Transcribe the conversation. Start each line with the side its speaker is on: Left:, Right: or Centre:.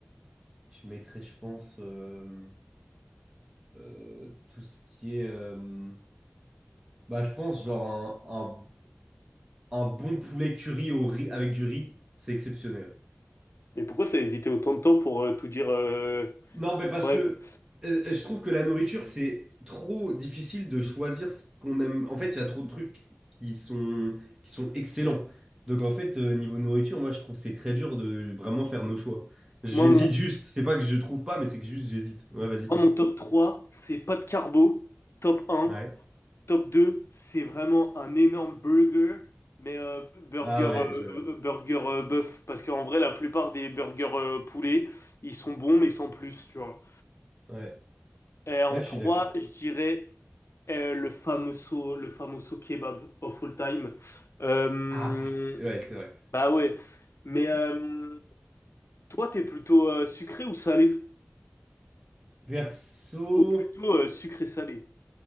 Right: je mettrais, je pense, euh, euh, tout ce qui est... euh, bah, je pense genre un bon poulet curry au riz, avec du riz, c'est exceptionnel.
Left: Mais pourquoi t'as hésité autant de temps pour euh, tout dire euh,
Right: Non, mais parce
Left: Bref.
Right: que euh, je trouve que la nourriture, c'est trop difficile de choisir ce qu'on aime. En fait, il y a trop de trucs qui sont, qui sont excellents. Donc, en fait, euh, niveau nourriture, moi, je trouve que c'est très dur de vraiment faire nos choix. J'hésite
Left: Moi mon,
Right: juste. C'est pas que je trouve pas, mais c'est que juste j'hésite. Ouais, vas-y,
Left: moi,
Right: toi.
Left: mon top 3, c'est pas de carbo. Top un,
Right: Ouais.
Left: Top 2, c'est vraiment un énorme burger. Mais euh, burger,
Right: Ah ouais,
Left: euh,
Right: je...
Left: burger euh, bœuf. Parce qu'en vrai, la plupart des burgers euh, poulet, ils sont bons, mais sans plus, tu vois.
Right: ouais.
Left: Et en
Right: Ouais, je
Left: 3,
Right: suis d'accord.
Left: je dirais euh, le famoso, le famoso kebab of all time. Euh,
Right: Ah putain. Ouais, c'est vrai.
Left: Bah ouais. Mais euh, toi, t'es plutôt euh, sucré ou salé?
Right: Perso.
Left: Ou plutôt euh, sucré-salé?